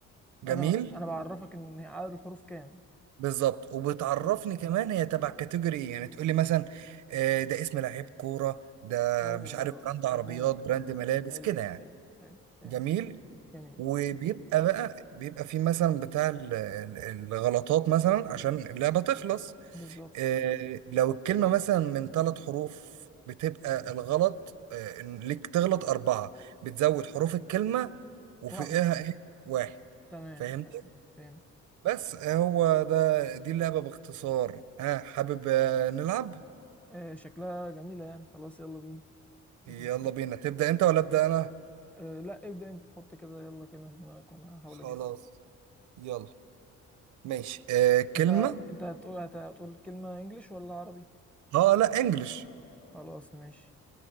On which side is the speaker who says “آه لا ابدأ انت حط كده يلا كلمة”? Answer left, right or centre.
Centre